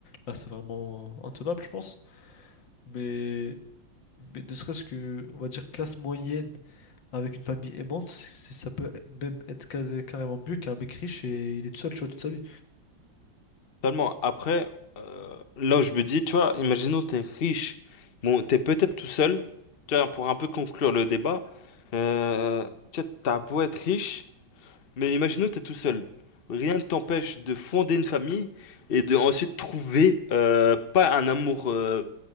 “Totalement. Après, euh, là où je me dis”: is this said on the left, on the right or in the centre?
Left